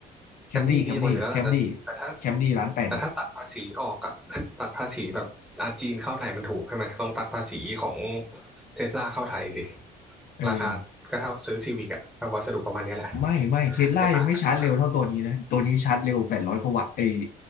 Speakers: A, on the left; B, in the centre.
A: แคมรี่แคมรี่แคมรี่
B: แคมรี่ดีกว่าอยู่แล้วล่ะแต่แต่ถ้า
A: แคมรี่ล้านแปดไง
B: แต่ถ้าตัดภาษีออกอะ <laughs> ตัดภาษีแบบอาจีนเข้าไทยมันถูกใช่ไหม ลองตัดภาษีของเทสลาเข้าไทยสิ
A: เออ
B: ราคาก็เท่าซื้อซีวิกอะกับวัสดุประมาณเนี้ยแหละ
A: ไม่ไม่เทสลายังไม่ชาร์จเร็วเท่าตัวนี้นะตัวนี้ชาร์จเร็วแปดร้อยกว่าวัตต์ไอย
B: ไม่ต่างกัน